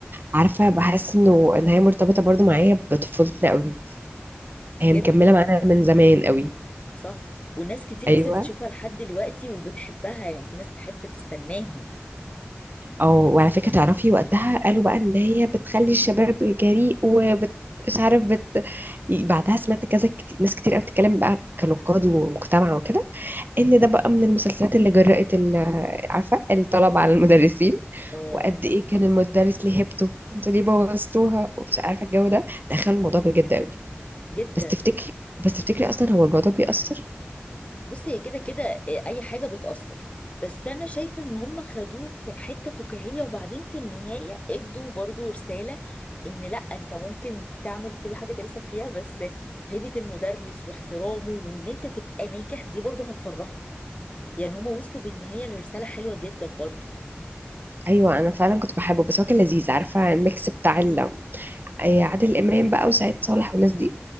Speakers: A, on the right (about 50°); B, on the left (about 30°).
A: عارفة بحس انه ان هي مرتبطة برضو معايا بطفولتنا قوي
B: جدا
A: هي مكملة معانا من زمان قوي
B: صح وناس كتير
A: ايوه
B: لسه بتشوفها لحد دلوقتي وبتحبها يعني في ناس تحب تستناها
A: او وعلى فكرة تعرفي وقتها قالوا بقى ان هي بتخلي الشباب جريء وبت مش عارف بت... بعدها سمعت كذا كتير... ناس كتير قوي بتتكلم بقى كنقاد ومجتمع وكده ان ده بقى من المسلسلات اللي جرأت ال- عارفه الطلبه على المدرسين
B: اه
A: وقد ايه كان المدرس ليه هيبته انتوا ليه بوظتوها ومش عارفه الجو ده دخلوا الموضوع بجد قوي
B: جدا
A: بس تفتكري بس تفتكري اصلا هو الموضوع بيأثر
B: بص هي كده كده آه، اي حاجه بتاثر بس انا شايفه ان هم خدوه في حته فكاهيه وبعدين في النهايه ادوا برضو رساله ان لا انت ممكن تعمل كل حاجه نفسك فيها بس هيبه المدرس واحترامه وان انت تبقى ناجح دي برضو هتفرحك يعني هم وصلوا بالنهايه لرساله حلوه جدا برضو
A: ايوه انا فعلا كنت بحبه بس هو كان لذيذ عارفه الميكس بتاع ال- أي عادل امام بقى وسعيد صالح والناس دي